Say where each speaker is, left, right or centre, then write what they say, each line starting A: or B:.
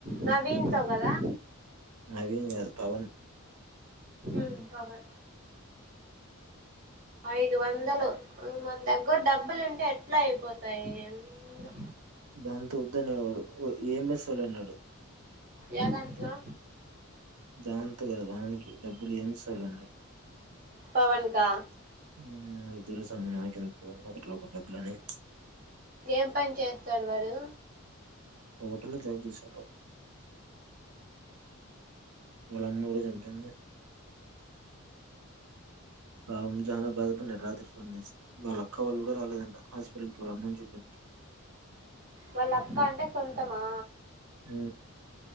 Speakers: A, on the right; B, on the right.
A: నవీన్ తో గదా
B: నవీన్ గాదు పవన్
A: దీంకవే ఐదు వందలు మన దగ్గర డబ్బులుంటే ఎట్లా అయిపోతాయి ఏందో
B: దాంతో వద్దనేవాడు ఒ ఏం జెసల్ అనే వాడు
A: యాదాంట్లో
B: జావంతో కాదు వానికి డబ్బులు ఏమిస్తాలున్నాయి
A: పవన్కా
B: ఉ వద్దులే సామి నాకి ఎందుకు ఒకటి ఒక డబ్బులని
A: ఏం పని చేస్తారు వాడు
B: హోటల్లో జయిపి తీసుకుంటాం వీళ్ళమ్మ ఎవరో చనిపోయింది పాపం జానా బాధపన్నాడు. రాత్రి ఫోన్ చేసి వాళ్ళ అక్క వాళ్ళు కూడా రాలేదంట. హాస్పిటల్ కి రమ్మని చెప్పి
A: వాళ్ళ అక్క అంటే సొంతమా
B: ఉ